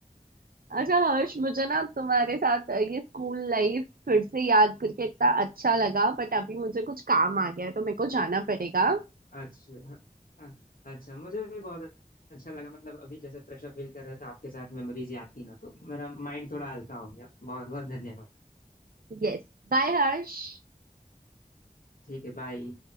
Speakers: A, on the right (about 80°); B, on the left (about 70°).
A: अच्छा हर्ष मुझे ना तुम्हारे साथ ये स्कूल लाइफ फिर से याद करके इतना अच्छा लगा बट अभी मुझे कुछ काम आ गया है तो मेरे को जाना पड़ेगा
B: अच्छा हाँ, अच्छा मुझे भी बहुत अच्छा लगा मतलब अभी जैसे प्रेशर फील कर रहे हो तो आपके साथ मेमोरीज आती ना तो मेरा माइंड थोड़ा हल्का हो गया बहुत बहुत धन्यवाद
A: यस बाय हर्ष
B: ठीक है बाय